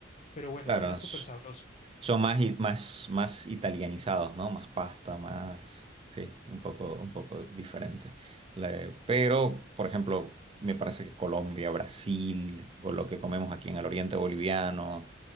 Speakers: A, on the left; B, on the right.
A: Pero bueno,
B: claro,
A: suena súper
B: es-
A: sabroso.
B: Son más, i- más, más italianizados, ¿no? Más pasta, más... Sí, un poco, un poco diferente. La- pero, por ejemplo, me parece que Colombia, Brasil, o lo que comemos aquí en el oriente boliviano,